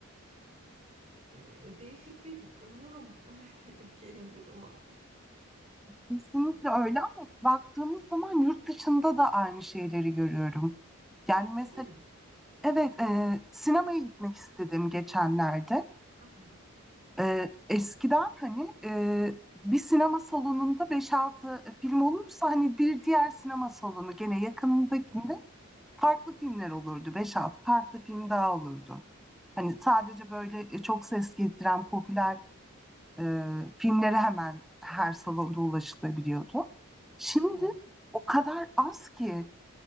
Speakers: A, on the right (about 30°); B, in the centre.
A: E, değişik bir durum <laughs> ülkenin durumu.
B: Kesinlikle öyle ama baktığımız zaman yurt dışında da aynı şeyleri görüyorum. Yani mesela
A: Öyle mi?
B: Evet, e, sinemaya gitmek istedim geçenlerde.
A: Hı hı.
B: E, eskiden hani e, bir sinema salonunda beş altı film olursa hani bir diğer sinema salonu gene yakınındakinde
A: Evet,
B: farklı filmler olurdu. beş altı farklı film daha olurdu. Hani sadece böyle e, çok ses getiren popüler e, filmlere hemen her salonda ulaşılabiliyordu. Şimdi
A: evet,
B: o kadar az ki